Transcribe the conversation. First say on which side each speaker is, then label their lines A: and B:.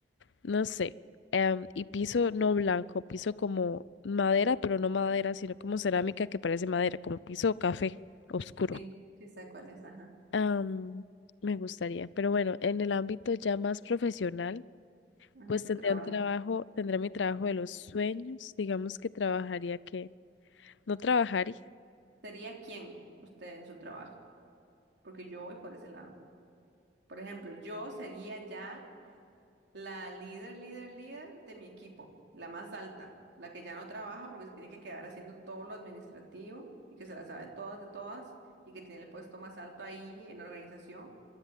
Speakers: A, on the left (about 85°); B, on the right (about 75°).
A: no sé, em, y piso no blanco, piso como madera, pero no madera, sino como cerámica que parece madera, como piso café oscuro.
B: Sí, sí sé cuál es, ajá.
A: Am, me gustaría, pero bueno, en el ámbito ya más profesional,
B: Ámbito
A: pues tendría
B: trabajo.
A: un Ujú. trabajo, tendría mi trabajo de los sueños, digamos que trabajaría que, no trabajaría,
B: ¿Sería quién usted en su trabajo? Porque yo voy por ese lado. Por ejemplo, yo sería ya la líder, líder, líder de mi equipo, la más alta, la que ya no trabaja porque se tiene que quedar haciendo todo lo administrativo y que se la sabe todas de todas y que tiene el puesto más alto ahí en organización,